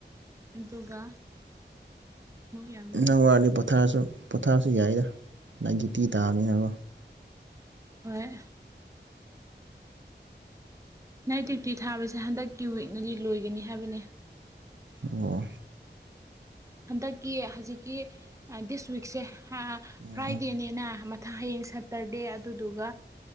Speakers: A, on the right; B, on the right.
A: ꯑꯗꯨꯒ ꯑꯃꯨꯛ ꯌꯥꯝꯕ
B: ꯅꯪ ꯋꯔꯅꯤ ꯄꯣꯊꯥꯁꯨ ꯄꯣꯊꯥꯔꯁꯨ ꯌꯥꯏꯗ ꯅꯥꯏꯠ ꯗ꯭ꯌꯨꯇꯤ ꯇꯥꯕꯅꯤꯅꯀꯣ
A: ꯍꯣꯏ ꯅꯥꯏꯠ ꯗ꯭ꯌꯨꯇꯤ ꯊꯥꯕꯁꯦ ꯍꯟꯗꯛꯀꯤ ꯋꯤꯛꯅꯗꯤ ꯂꯣꯏꯒꯅꯤ ꯍꯥꯏꯕꯅꯦ
B: ꯑꯣ
A: ꯍꯟꯗꯛꯀꯤ ꯍꯖꯤꯛꯀꯤ ꯗꯤꯁ ꯋꯤꯛꯁꯦ ꯑꯥ
B: ꯑꯣ
A: ꯐ꯭ꯔꯥꯏꯗꯦꯅꯦꯅ ꯃꯊꯪ ꯍꯌꯦꯡ ꯁꯇꯔꯗꯦ ꯑꯗꯨꯗꯨꯒ